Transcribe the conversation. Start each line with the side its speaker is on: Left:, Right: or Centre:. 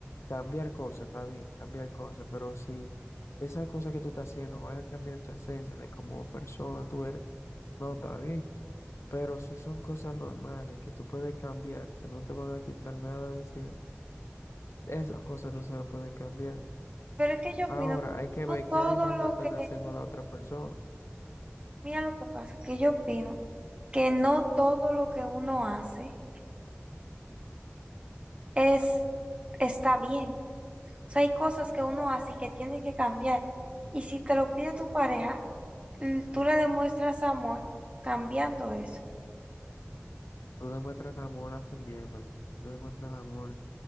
Left: cambiar cosas, está bien, cambiar cosas, pero si esas cosas que tú estás haciendo van a cambiar tu esencia de como persona tú eres, no está bien. Pero si son cosas normales que tú puedes cambiar, que no te van a quitar nada de encima, esas cosas tú se las puedes cambiar.
Right: pero es que yo opino,
Left: Ahora hay que ver
Right: no
Left: qué
Right: todo
Left: demanda
Right: lo
Left: te
Right: que,
Left: está haciendo la otra persona.
Right: mira lo que pasa, que yo opino que no todo lo que uno hace es, está bien. O sea, hay cosas que uno hace y que tiene que cambiar. Y si te lo pide tu pareja, l- tú le demuestras amor cambiando eso.
Left: Tú demuestras amor atendiéndolo. Tú demuestras amor.